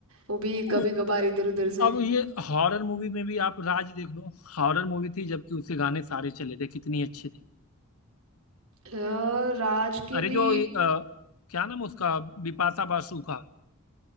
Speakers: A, on the right (about 85°); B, on the left (about 85°).
A: वो भी कभी
B: वो-
A: कभार इधर उधर से
B: अब ये हॉरर मूवी में भी आप राज देख लो हॉरर मूवी थी जबकि उसके गाने सारे चले थे कितनी अच्छे थे
A: अ, राज के
B: अरे
A: भी
B: जो ये, अ, क्या नाम उसका बिपाशा बासु का